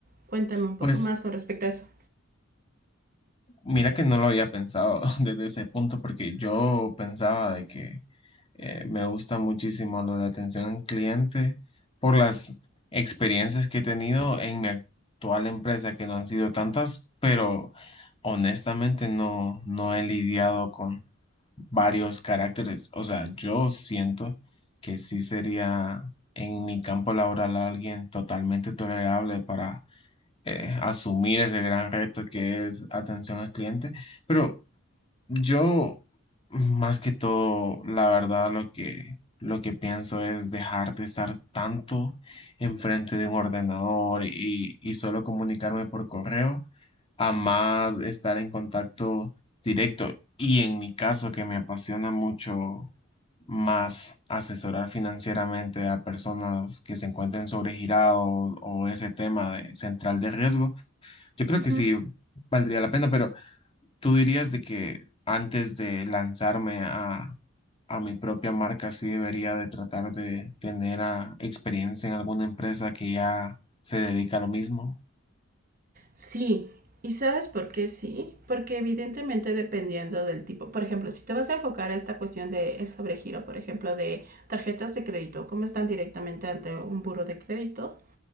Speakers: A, on the right (about 40°); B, on the left (about 25°).
A: Cuéntame un
B: Pues
A: poco más con respecto a eso.
B: mira que no lo había pensado <laughs> desde ese punto porque yo pensaba de que eh, me gusta muchísimo lo de atención al cliente por las experiencias que he tenido en mi actual empresa que no han sido tantas, pero honestamente no, no he lidiado con varios caracteres. O sea, yo siento que sí sería en mi campo laboral alguien totalmente tolerable para eh, asumir ese gran reto que es atención al cliente. Pero yo, más que todo, la verdad, lo que, lo que pienso es dejar de estar tanto enfrente de un ordenador y, y solo comunicarme por correo, a más estar en contacto directo. Y en mi caso, que me apasiona mucho más asesorar financieramente a personas que se encuentren sobregirados o ese tema de central de riesgo, yo creo
A: Uh
B: que
A: -huh.
B: sí valdría la pena, pero tú dirías de que antes de lanzarme a, a mi propia marca, sí debería de tratar de tener ah, experiencia en alguna empresa que ya se dedica a lo mismo.
A: Sí, ¿y sabes por qué sí? Porque evidentemente dependiendo del tipo, por ejemplo, si te vas a enfocar a esta cuestión del sobregiro, por ejemplo, de tarjetas de crédito, cómo están directamente ante un buro de crédito